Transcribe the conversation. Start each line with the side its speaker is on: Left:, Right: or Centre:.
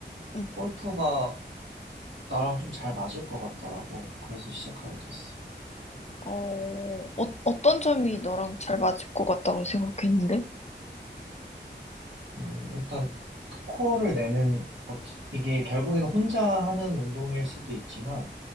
Left: 응.
Right: 골프가 나랑 좀 잘 맞을 것 같더라고. 그래서 시작하게 됐어.
Left: 어, 어, 어떤 점이 너랑 잘 맞을 것 같다고 생각했는데?
Right: 음, 일단 코어를 내는 어, 이게 결국에는 혼자 하는 운동일 수도 있지만